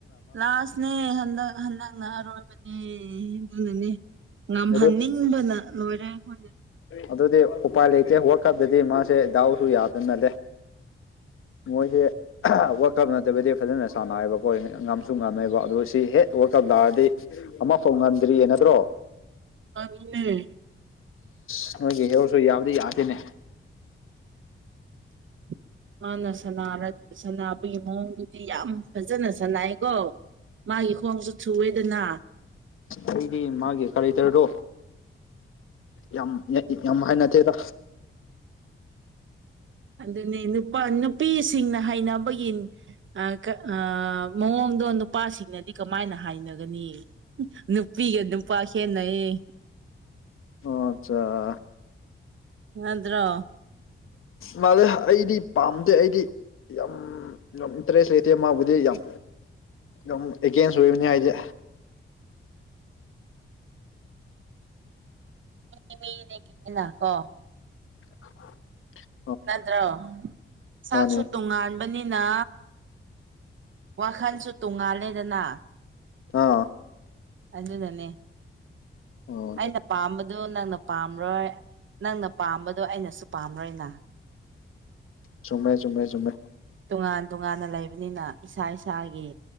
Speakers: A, on the right (about 65°); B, on the left (about 80°).
A: ꯂꯥꯁꯅꯦ ꯍꯟꯗꯛ ꯍꯟꯗꯒꯅ ꯑꯔꯣꯕꯅꯦ ꯑꯗꯨꯅꯅꯦ ꯉꯝꯍꯟꯅꯤꯡꯕꯅ
B: ꯑꯗꯨ
A: ꯂꯣꯏꯔꯦ ꯑꯈꯣꯏꯅ
B: ꯑꯗꯨꯗꯤ ꯎꯄꯥꯏ ꯂꯩꯇꯦ ꯋꯥꯀꯞꯗꯗꯤ ꯃꯥꯁꯦ ꯗꯥꯎꯁꯨ ꯌꯥꯗꯅꯂꯦ ꯃꯣꯏ ꯍ ꯋꯥꯛ ꯋꯥꯔꯜ ꯀꯞ ꯅꯠꯇꯕꯗꯤ ꯐꯖꯅ ꯁꯥꯟꯅꯑꯕꯀꯣꯏ ꯉꯝꯁꯨ ꯉꯝꯃꯦꯕ ꯑꯗꯨ ꯁꯤ ꯍꯦꯛ ꯋꯥꯔꯜ ꯀꯞ ꯂꯥꯛꯑꯗꯤ ꯑꯃ ꯐꯥꯎ ꯉꯝꯗ꯭ꯔꯤꯌꯦ ꯅꯠꯇ꯭ꯔꯣ
A: ꯑꯗꯨꯅꯦ
B: ꯁ ꯅꯣꯏꯒꯤ ꯍꯦꯔꯣꯔꯁꯨ ꯌꯥꯕꯗꯤ ꯌꯥꯗꯦꯅꯦ
A: <inaudible> ꯃꯥꯅ ꯁꯅꯥꯔꯛ ꯁꯅꯥꯕꯒꯤ ꯃꯑꯣꯡꯗꯨꯗꯤ ꯌꯥꯝ ꯐꯖꯅ ꯁꯥꯟꯅꯩꯀꯣ ꯃꯥꯒꯤ ꯈꯣꯡꯁꯨ ꯊꯨꯑꯦꯗꯅ
B: ꯑꯩꯗꯤ ꯃꯥꯒꯤ ꯀꯔꯦꯛꯇꯔꯗꯣ ꯌꯥꯝ ꯉꯛꯑꯦ ꯌꯥꯝ ꯍꯥꯏꯅꯗꯦꯗ
A: ꯑꯗꯨꯅꯤ ꯅꯨꯄꯥ ꯅꯨꯄꯤꯁꯤꯡꯅ ꯍꯩꯅꯕꯒꯤ ꯑ ꯀ ꯑ ꯃꯑꯣꯡꯗꯣ ꯅꯨꯄꯥꯁꯤꯡꯅꯗꯤ ꯀꯃꯥꯏꯅ ꯍꯥꯏꯅꯒꯅꯤ ꯅꯨꯄꯤꯒ ꯄꯥꯥ ꯈꯦꯠꯅꯩꯌꯦ
B: ꯑꯣ ꯑꯆꯥ
A: ꯃꯗ꯭ꯔꯣ
B: ꯃꯥꯜꯂꯦ ꯑꯩꯗꯤ ꯄꯥꯝꯗꯦ ꯑꯩꯗꯤ ꯌꯥꯝ ꯌꯥꯝ ꯏꯟꯇꯔꯦꯁ ꯂꯩꯇꯦ ꯃꯥꯕꯨꯗꯤ ꯌꯥꯝ ꯌꯥꯝ ꯑꯦꯒꯦꯟꯁ ꯑꯣꯏꯕꯅꯦ ꯑꯩꯗꯤ
A: ꯃꯤ ꯃꯤꯅ ꯄꯨꯋꯦꯅ <unintelligible> ꯀꯣ
B: <inaudible>
A: ꯅꯠꯇ꯭ꯔꯣ ꯁꯛꯁꯨ
B: ꯃꯥꯅꯦ
A: ꯇꯣꯉꯥꯟꯕꯅꯤꯅ ꯋꯥꯈꯟꯁꯨ ꯇꯣꯡꯉꯥꯜꯂꯦꯗꯅ
B: ꯑꯥ
A: ꯑꯗꯨꯅꯅꯦ
B: ꯑꯣ
A: ꯑꯩꯅ ꯄꯥꯝꯕꯗꯨ ꯅꯪꯅ ꯄꯥꯝꯔꯣꯏ ꯅꯪꯅ ꯄꯥꯝꯕꯗꯣ ꯑꯩꯅꯁꯨ ꯄꯥꯝꯔꯣꯏꯅ
B: ꯆꯨꯝꯃꯦ ꯆꯨꯝꯃꯦ ꯆꯨꯝꯃꯦ
A: ꯇꯣꯉꯥꯟ ꯇꯣꯉꯥꯟꯅ ꯂꯩꯕꯅꯤꯅ ꯏꯁꯥ ꯏꯁꯥꯒꯤ